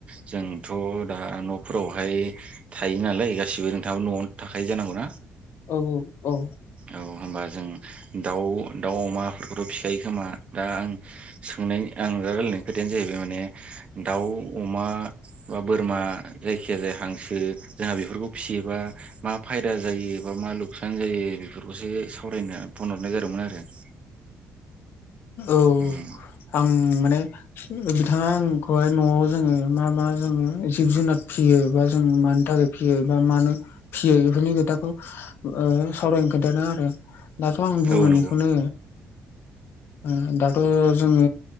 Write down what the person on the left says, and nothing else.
औ औ औ।
औ
आं माने बिथाङा आंखौहाय न'आव जों मा मा जों जिब जुनार फियो बा जों मानि थाखाय फियो बा मानो फियो फोरनि खोथाखौ ओ सावरायनो खोन्थादो आरो। दाथ' आं बुङो
इखौनो ओ दाथ' जोङो